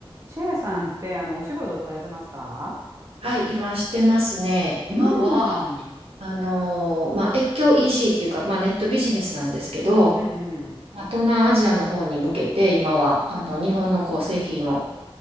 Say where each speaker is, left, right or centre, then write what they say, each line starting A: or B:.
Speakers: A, on the right; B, on the right.
A: チェアさんって、あの、お仕事されてますか
B: はい、今してますね。
A: うーん。
B: 今は、あのーまあ、越境 EC っていうか、まあ、ネットビジネスなんですけど、
A: うんうん。
B: まあ、東南アジアの方に向けて、今は、あの、日本のこう製品を、